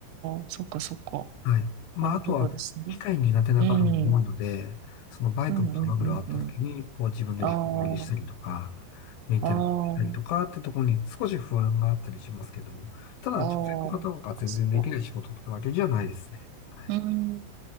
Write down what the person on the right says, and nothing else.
あ、そっかそっか。
なるほどですね。
うん、うん
うんうんうん。
あ
あ、ああ、
ああ、そっか
うーん。